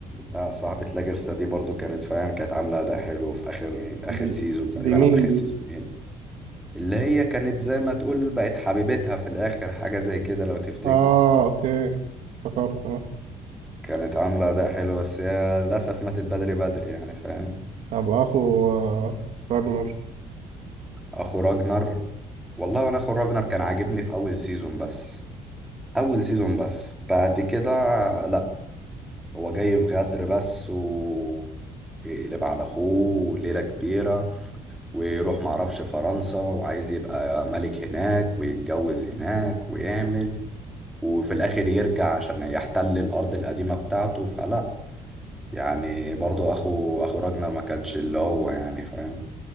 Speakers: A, in the centre; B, on the right.
A: لا صاحبة لاجرسا دي برضه كانت فاهم كانت عاملة أداء حلو في آخر آخر
B: دي
A: سيزون تقريبا
B: دي مين
A: أو آخر
B: دي؟
A: سيزونين اللي هي كانت زي ما تقول بقت حبيبتها في الآخر حاجة زي كده لو تفتكر
B: اه اوكي افتكرت اه
A: كانت عاملة أداء حلو بس هي للأسف ماتت بدري بدري يعني فاهم
B: طب اخو آه، راجنر
A: أخو راجنر والله وأنا أخو راجنر كان عاجبني في أول سيزون بس أول سيزون بس بعد كده لأ هو جاي في غدر بس و ويقلب على أخوه ليلة كبيرة ويروح معرفش فرنسا وعايز يبقى ملك هناك ويتجوز هناك ويعمل وفي الاخر يرجع عشان يحتل الارض القديمة بتاعته فلا يعني برضو اخو اخو راجنر ما كانش اللي هو يعني فاهم